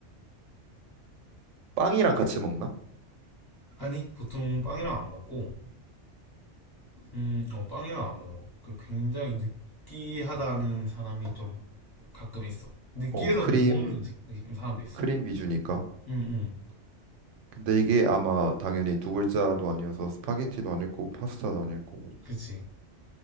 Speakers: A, on the right; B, on the left.
A: 빵이랑 같이 먹나?
B: 아니, 보통 빵이랑 안 먹고, 음, 어, 빵이랑 안 먹어. 그 굉장히 느끼하다는 사람이 좀 가끔 있어. 느끼해서
A: 어, 크림
B: 못 먹는 음식, 사람도 있어.
A: 크림 위주니까.
B: 응, 응
A: 근데 이게 아마 당연히 두 글자도 아니어서 스파게티도 아닐 거고 파스타도 아닐 거고.
B: 그치.